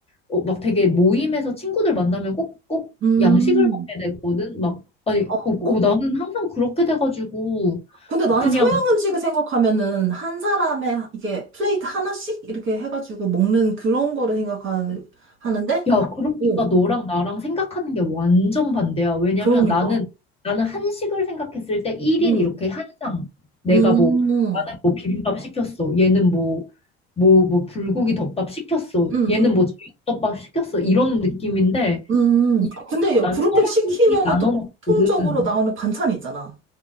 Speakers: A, on the left; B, on the right.
A: 어, 막 되게 모임에서 친구들 만나면 꼭, 꼭
B: 음.
A: 양식을 먹게 되거든. 막, 아니,
B: 어,
A: 어, 어,
B: 어.
A: 나는 항상 그렇게 돼가지고
B: 근데 나는
A: 그냥
B: 서양 음식을 생각하면은 한 사람의 이게 플레이트 하나씩 이렇게 해가지고 먹는 그런 거를 생각하는데,
A: 야, 그러니까
B: 오.
A: 너랑 나랑 생각하는 게 완전 반대야. 왜냐면
B: 그러니까.
A: 나는, 나는 한식을 생각했을 때 1인
B: 응.
A: 이렇게 한 상. 내가
B: 음,
A: 뭐,
B: 음,
A: 나는 뭐 비빔밥 시켰어. 얘는 뭐, 뭐, 뭐 불고기 덮밥 시켰어.
B: 음,
A: 얘는 뭐 제육덮밥 시켰어. 이런 느낌인데,
B: 음,
A: 이거
B: 음. 근데
A: 난
B: 그렇게
A: 서양
B: 시키면은
A: 음식 나눠
B: 또 공통적으로
A: 먹거든.
B: 나오는 반찬이 있잖아.